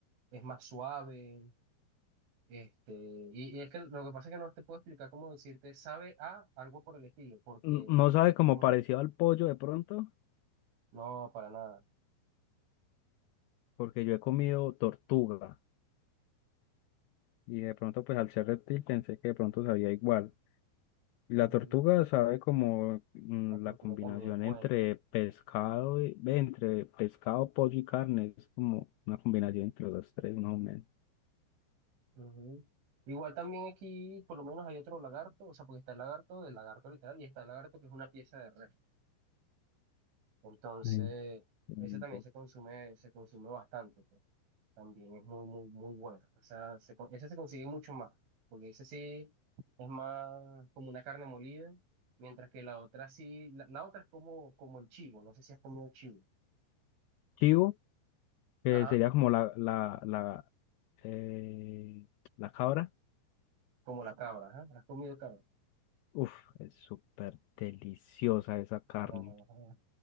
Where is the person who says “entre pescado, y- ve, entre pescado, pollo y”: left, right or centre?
Left